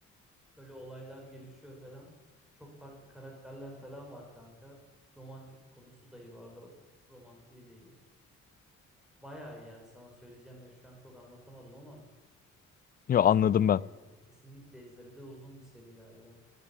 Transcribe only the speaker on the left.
Yo,
anladım ben.